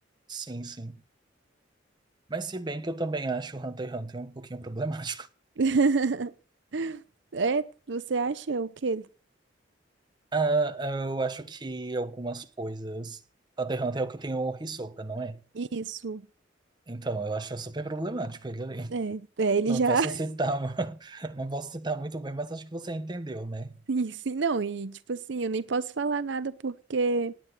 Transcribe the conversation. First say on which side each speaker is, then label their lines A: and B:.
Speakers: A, on the right; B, on the right.
A: Sim, sim. Mas se bem que eu também acho o Hunter x Hunter um pouquinho problemático. <laughs>
B: <laughs> É, você acha o quê?
A: Ah, eu acho que algumas coisas... Hunter x Hunter é o que tem o Hisoka, não é?
B: Isso.
A: Então, eu acho super problemático ele ali.
B: É, é, ele
A: Não
B: já.
A: posso
B: <laughs>
A: citar, <laughs> não posso citar muito bem, mas acho que você entendeu, né?
B: E sim, não, e tipo assim, eu nem posso falar nada porque